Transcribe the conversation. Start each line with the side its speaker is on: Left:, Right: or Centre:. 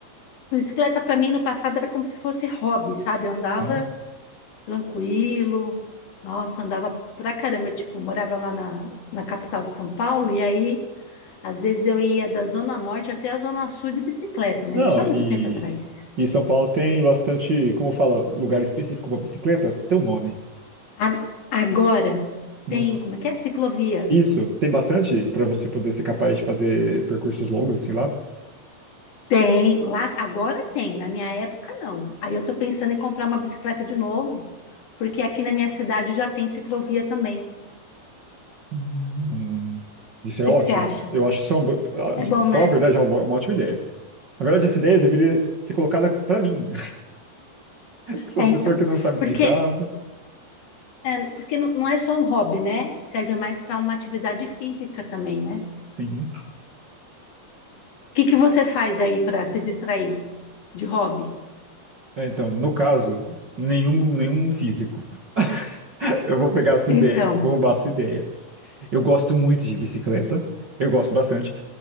Left: bicicleta para mim no passado era como se fosse hobby, sabe? Eu andava
Right: Hã?
Left: tranquilo. Nossa, andava pra caramba. Eu, tipo, morava lá na, na capital de São Paulo, e aí, às vezes, eu ia da Zona Norte até a Zona Sul de bicicleta, mas
Right: Não,
Left: isso há
Right: e,
Left: muito tempo atrás.
Right: e São Paulo tem bastante, como fala, lugar específico para bicicleta? Teu nome.
Left: A- agora
Right: Não,
Left: tem,
Right: s-
Left: como é que é? Ciclovia.
Right: Isso, tem bastante para você poder ser capaz de fazer percursos longos, assim lá.
Left: Tem, lá agora tem, na minha época não. Aí eu tô pensando em comprar uma bicicleta de novo, porque aqui na minha cidade já tem ciclovia também. O
Right: hum, Isso
Left: que
Right: é ótimo.
Left: que você acha?
Right: Eu acho isso uma, bo- ah,
Left: É
Right: de
Left: bom, né?
Right: falar a verdade, é uma, bo- uma ótima ideia. Na verdade, essa ideia deveria ser colocada para mim, <laughs> que sou
Left: É,
Right: uma
Left: então.
Right: pessoa que não sai muito
Left: Porque
Right: de casa.
Left: É, porque não não é só um hobby, né? Serve mais para uma atividade física também, né? O
Right: sim.
Left: que que você faz aí para se distrair de hobby?
Right: É, então, no caso, nenhum, nenhum físico. <laughs> Eu vou pegar a sua
Left: Então,
Right: ideia, eu vou roubar a sua ideia. Eu gosto muito de bicicleta, eu gosto bastante.